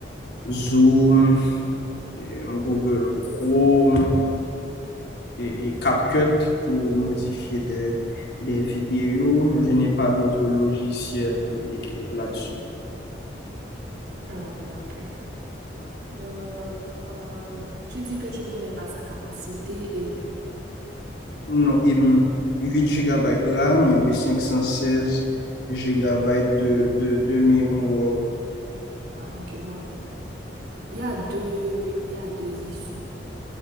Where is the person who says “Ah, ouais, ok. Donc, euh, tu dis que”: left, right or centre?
Right